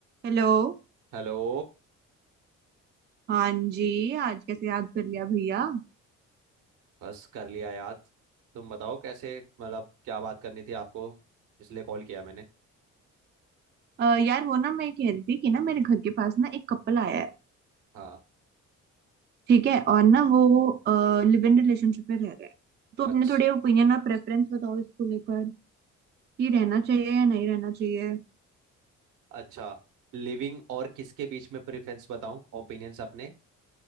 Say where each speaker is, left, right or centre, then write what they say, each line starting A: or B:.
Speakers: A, on the right; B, on the right.
A: Hello
B: Hello
A: हाँ जी आज कैसे याद कर लिया भैया
B: बस कर लिया याद तुम बताओ कैसे मतलब क्या बात करनी थी आपको इसलिए कॉल किया मैंने
A: अ, यार वो ना मैं कह रही थी कि ना मेरे घर के पास ना एक कपल आया है
B: हाँ
A: ठीक है और ना वो लिव इन रिलेशनशिप में रह रहे हैं तो
B: अच्छा
A: अपने थोड़े ओपिनियन और प्रेफरेंस बताओ इसको लेकर कि रहना चाहिए या नहीं रहना चाहिए
B: अच्छा लिविंग और किसके बीच में प्रेफरेंस बताऊं ओपिनियंस अपने